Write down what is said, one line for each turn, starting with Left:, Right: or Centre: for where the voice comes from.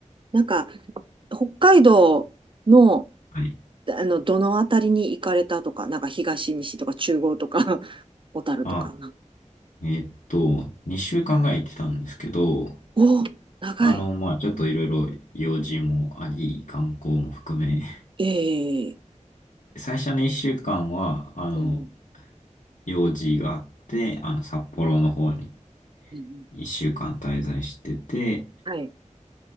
Right: なんか、北海道の
Left: はい。
Right: あの、どのあたりに行かれたとか、なんか東、西とか中央とか、<laughs> 小樽とか。
Left: あ、えーっと、2週間ぐらい行ってたんですけど、
Right: おお、長い。
Left: あの、まあちょっといろいろ用事もあり、観光も含め、
Right: ええ
Left: <laughs> 最初の一週間は、あの、
Right: うんうん
Left: 用事があって、あの、札幌の方に
Right: うんうん
Left: 一週間滞在してて、
Right: はい。